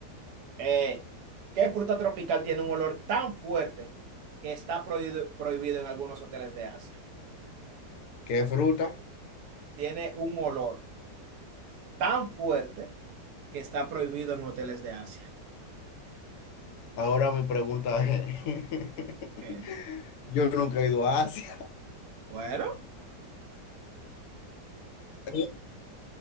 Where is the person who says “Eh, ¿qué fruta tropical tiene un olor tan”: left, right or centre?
Right